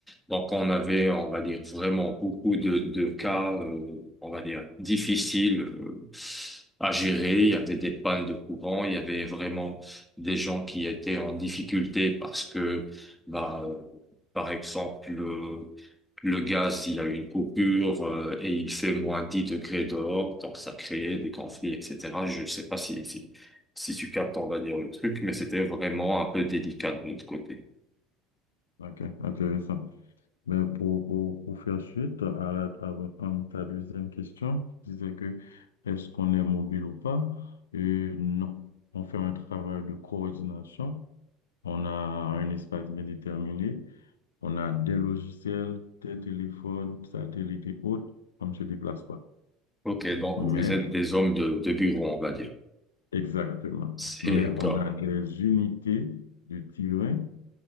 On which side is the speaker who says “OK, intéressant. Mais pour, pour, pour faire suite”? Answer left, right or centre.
Left